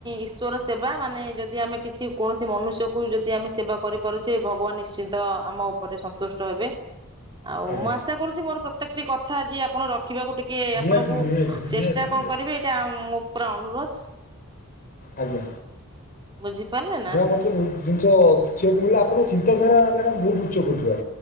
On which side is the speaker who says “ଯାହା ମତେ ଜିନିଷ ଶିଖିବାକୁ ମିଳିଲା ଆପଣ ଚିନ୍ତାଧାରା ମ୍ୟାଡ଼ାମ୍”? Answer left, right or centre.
Left